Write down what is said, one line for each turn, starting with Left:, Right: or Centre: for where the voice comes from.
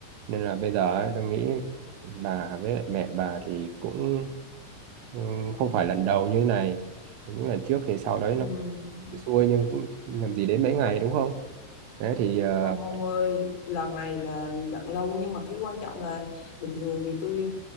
Right: nên là bây giờ ấy, tôi nghĩ bà với lại mẹ bà thì cũng ừ, không phải lần đầu như thế này những lần trước thì sau đấy
Left: ừm.
Right: nó xuôi nhưng cũng làm gì đến mấy ngày đúng không thế thì ờ,
Left: Không ông ơi, lần này là giận lâu nhưng mà cái quan trọng là bình thường thì tôi